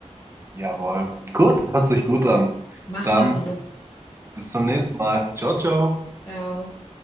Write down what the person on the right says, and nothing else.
Jawohl. Gut, hört sich gut an.
Dann
bis zum nächsten Mal. Ciao, ciao.